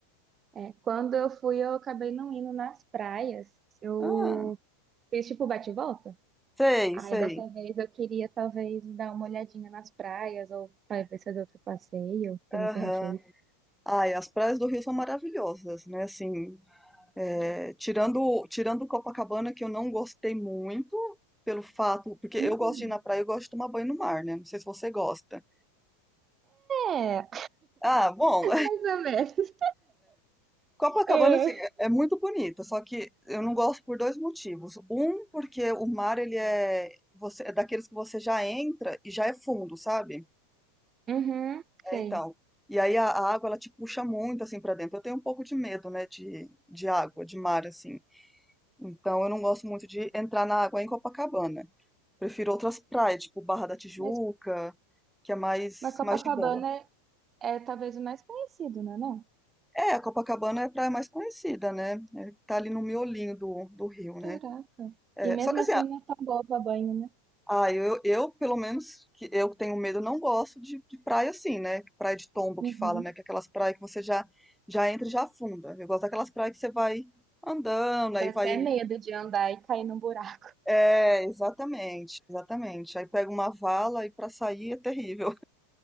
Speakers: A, on the right; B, in the centre.
A: É, quando eu fui, eu acabei não indo nas praias. Eu
B: Ah,
A: fiz tipo bate-volta. e volta.
B: sei,
A: Aí
B: sei.
A: dessa vez eu queria talvez dar uma olhadinha nas praias, ou talvez fazer outro passeio que
B: Aham.
A: eu não tenha feito.
B: Ai, as praias do Rio são maravilhosas, né? Assim, é, tirando, tirando Copacabana, que eu não gostei muito, pelo fato, porque eu
A: Hum.
B: gosto de ir na praia, eu gosto de tomar banho no mar, né? Não sei se você gosta.
A: É,
B: Ah, bom,
A: Mais ou menos.
B: Copacabana,
A: É.
B: assim, é é muito bonita, só que eu não gosto por dois motivos. Um, porque o mar, ele é, você, é daqueles que você já entra e já é fundo, sabe?
A: Uhum, sei.
B: É, então. E aí a, a água, ela te puxa muito, assim, pra dentro. Eu tenho um pouco de medo, né, de, de água, de mar, assim. Então, eu não gosto muito de entrar na água em Copacabana. Prefiro outras praias, tipo Barra da Tijuca,
A: Mas,
B: que é mais,
A: mas Copacabana
B: mais de boa.
A: é, é talvez o mais conhecido, né? Não?
B: É, a Copacabana é a praia mais conhecida, né? É, tá ali no miolinho do, do Rio, né?
A: Caraca.
B: É,
A: E mesmo
B: só que assim,
A: assim não é tão boa pra banho, né?
B: Ah, eu, eu, pelo menos, que eu que tenho medo, não gosto de, de praia assim, né? Praia de tombo
A: Uhum.
B: que fala, né? Que é aquelas praias que você já, já entra e já afunda. Eu gosto daquelas praias que você vai andando,
A: Dá
B: aí
A: até
B: vai.
A: medo de andar e cair num buraco.
B: É, exatamente, exatamente. Aí pega uma vala e pra sair é terrível.